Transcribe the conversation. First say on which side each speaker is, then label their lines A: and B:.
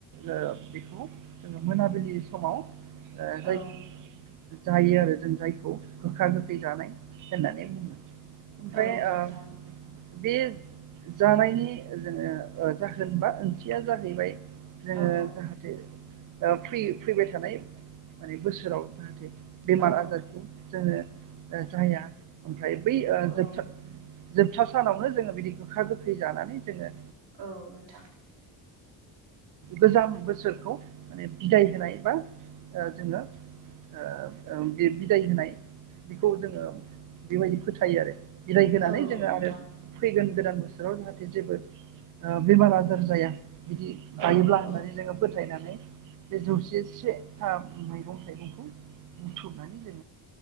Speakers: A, on the right; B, on the right.
A: ओ बेखौ जोङो मोनाबिलि समाव ओ
B: औ
A: जायख जायो आरो जों जायखौ गोखा गोखै जानाय होननानै बुङो। ओमफ्राय
B: औ
A: ओ
B: नोंथां।
A: बे जानायनि जोंङो जाहोन बा ओंथिया जाहैबाय। जोङो
B: औ
A: जाहाथे ओ फै फैबाय थानाय माने बोसोराव जाहाथे। बेमार
B: औ
A: आजारखौ जोंङो ओ जाया ओमफ्राय बै ओ
B: औ
A: जोबथा। जोबथा सानावनो जोंङो बिदि गोखा गोखै जानानै जोंङो।
B: औ नोंथां।
A: गोजाम बोसोरखौ माने बिदाय होनाय बा ओ जोंङो। ओ ओ बे बिदाय होनाय बेखौ जोंङो। बेबायदि फोथायो आरो बिदाय होनानै
B: औ
A: जोङो
B: नोंथां
A: आरो फैगोन। गोदान बोसोराव जाहाथे जेबो ओ बेमार आजार जाया। बिदि
B: औ
A: जायोब्ला होननानै
B: औ
A: जोङो फोथायनानै। बे जौसे से था मैगं थाइगंखौ बुथुमनानै।